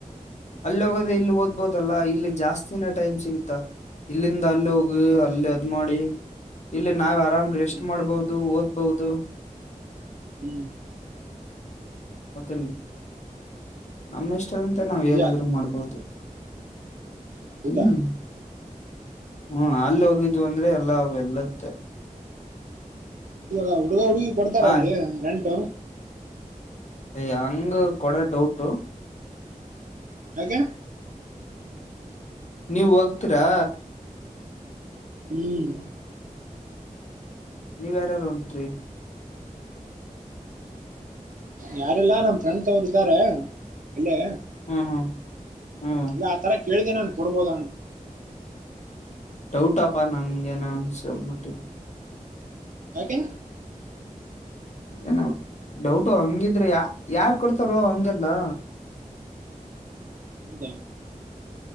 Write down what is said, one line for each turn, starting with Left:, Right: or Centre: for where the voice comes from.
Left: ಅಲ್ಲಿ ಹೋಗೋದೆ ಇಲ್ಲಿ ಓದ್ಬೋದಲ್ಲ ಇಲ್ಲಿ ಜಾಸ್ತಿನ ಟೈಮ್ ಸಿಗುತ್ತ. ಇಲ್ಲಿಂದ ಅಲ್ಲಿ ಹೋಗ
Right: ಹ್ಮ್
Left: ಅಲ್ಲಿ ಅದ್ ಮಾಡಿ. ಇಲ್ಲ ನಾವ್ ಆರಾಮ್
Right: ಹ್ಮ್
Left: ರೆಸ್ಟ್ ಮಾಡ್ಬಹುದು ಓದ್ಬಹುದು.
Right: ಹ್ಮ್.
Left: ಮತ್ತ ನಮ್ಮ್ ಇಷ್ಟದಂತೆ ನಾವ್
Right: ನಿಜ
Left: ಏನಾದ್ರು ಮಾಡ್ಬೋದು.
Right: ಹೌದಾ
Left: ಹ್ಮ್ ಹ್ಮ್. ಹ್ಮ್ ಅಲ್ಲಿ ಹೋಗಿದ್ವ ಅಂದ್ರೆ ಎಲ್ಲಾ ಎಲ್ಲತ್ತ
Right: ಇವಾಗ ಹುಡುಗ ಹುಡುಗಿ ಕೊಡ್ತಾರ
Left: ಹಾಯ್
Right: ಅಲ್ಲಿ ರೆಂಟ್?
Left: ಅಯ ಹಂಗ ಕೊಡುಡ್ ಡೌಟ್
Right: ಯಾಕೆ?.
Left: ನೀವ ಹೋಗ್ತೀರಾ?
Right: ಹ್ಮ್.
Left: ನೀವ್ ಯಾರ್ಯಾರ ಹೊಂಟಿರಿ.
Right: ಯಾರೆಲ್ಲಾ ನಮ್ ಫ್ರೆಂಡ್ಸ್ ಅವರು ಇದ್ದಾರೆ ಅಲ್ಲೇ
Left: ಹ್ಮ್ ಹ್ಮ್.
Right: ಇಲ್ಲ ಆ ತರ ಕೇಳಿದೆ ನಾನ್ ಕೊಡ್ಬೋದ.
Left: ಡೌಟಪ್ಪಾ ನಂಗ ಏನ ಅನ್ಸಬಟ್ಟಿದಿ.
Right: ಯಾಕೆನ್
Left: ಏನ ಡೌಟು ಹಂಗಿದ್ರೆ ಯಾ ಯಾರ ಕೊಡ್ತಾರೋ ಹಂಗೆಲ್ಲಾ.
Right: ಹೌದಾ